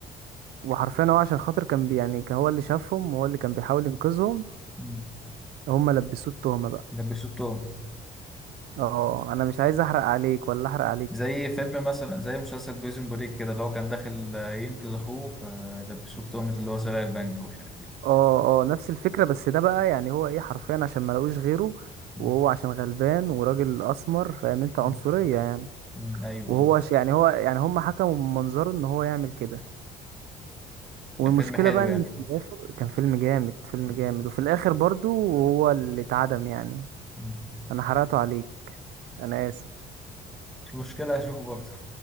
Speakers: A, on the right; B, in the centre.
A: وحرفيا هو عشان خاطر كان بي يعني كان هو اللي شافهم وهو اللي كان بيحاول ينقذهم
B: مم.
A: هما لبسوه التهمة بقى
B: ده بيشوتهم
A: اه انا مش عايز احرق عليك ولا احرق عليك
B: زي فيلم مثلا زي مسلسل بريزون بريك كده اللي هو كان داخل آه، ينقذ اخوه فلبسوه في تهمة اللي هو سرق البنك ومش عارف ايه
A: اه اه نفس الفكرة بس ده بقى يعني هو ايه حرفيا عشان ما لقوش غيره
B: مم.
A: وهو عشان غلبان وراجل اسمر فاهم انت
B: مم.
A: عنصرية يعني
B: مم. ايوه
A: وهو ش- يعني هو يعني هم حكموا من منظره ان هو يعمل كده والمشكلة
B: كان فيلم حلو
A: بقى ان
B: يعني
A: في الاخر كان فيلم جامد فيلم
B: مم.
A: جامد وفي الاخر برضو هو اللي اتعدم يعني
B: مم.
A: انا حرقته عليك انا اسف
B: مش مشكلة هشوفه برضه